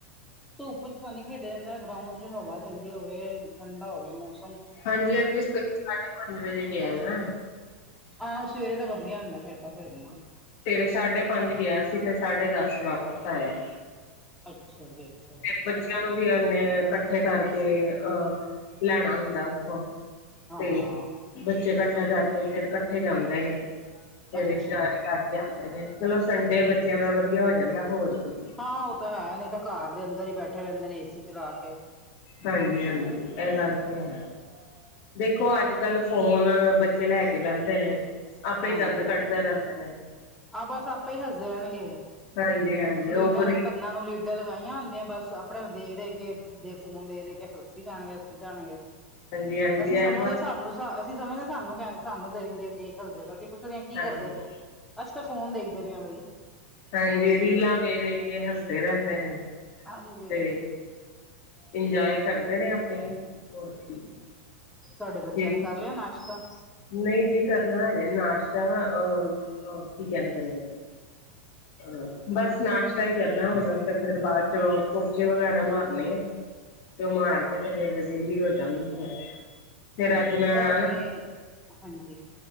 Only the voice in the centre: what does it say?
ਧੁੱਪ'ਚ ਤਾ ਨੀ ਖੇਡਿਆ ਜਾਂਦਾ, ਗ੍ਰਾਉਂਡ'ਚ ਹਵਾ ਚਲਦੀ ਹੋਵੇ, ਠੰਡਾ ਹੋਵੇ ਮੌਸ
ਆਹ, ਸਵੇਰੇ ਦਾ ਵਧੀਆ ਹੁੰਦਾ ਫੇਰ ਤਾਂ ਖੇਡਨਾ।
ਅੱਛਾ ਜੀ, ਅੱਛਾ
ਜੀ।
ਹਾਂ
ਅੱਛਾ
ਜੀ
ਹਾਂ, ਉਹ ਤਾ‌ ਹੈ ਨਹੀਂ ਤਾਂ ਘਰ ਦੇ ਅੰਦਰ ਹੀ ਬੈਠੇ ਰਹਿੰਦੇ ਨੇ, ਏਸੀ ਚਲਾਕੇ।
ਹਾਂਜੀ
ਆਹ ਬਸ, ਆਪੇ ਹੀ ਹੱਸਦੇ ਰਹਿਣਗੇ।
ਲੀਡਾਂ
ਕੰਨਾਂ ਨੂੰ ਲੀਡਾਂ ਲਗਾਈਆਂ ਹੁੰਦੀਆਂ, ਬਸ। ਆਪਣੇ ਦੇਖ-ਦੇਖਕੇ ਦੇ, ਫੋਨ ਦੇਖ-ਦੇਖਕੇ ਹੱਸੀ ਜਾਣਗੇ, ਹੱਸੀਂ ਜਾਣਗੇ,
ਅਸੀਂ ਸਮਝਦੇ
ਹਾਂ ਸਾਨੂੰ ਸ੍ਹਾ, ਅਸੀਂ ਸਮਝਦੇ ਸਾਨੂੰ ਕ ਸਾਨੂੰ ਦੇਖ-ਦੇਖਕੇ ਹਸਦੇ ਪੲਏ, ਅਸੀਂ ਪੁੱਛਦੇ ਹਾਂ ਕੀ
ਏ ਕਰਦੇ ਪਏ ਓ? ਅਸੀ ਤੇ ਫੋਨ ਦੇਖਦੇ ਪਏ ਆਂ ਬਈ।
ਹਾਂਜੀ-ਹਾਂਜੀ।
ਤੁਹਾਡੇ ਬੱਚਿਆਂ
ਨੇ ਕਰਲਿਆ ਨਾਸ਼ਤਾ?
ਹਾਂਜੀ,
ਤੁਹਾਡੇ
ਹਾਂਜੀ।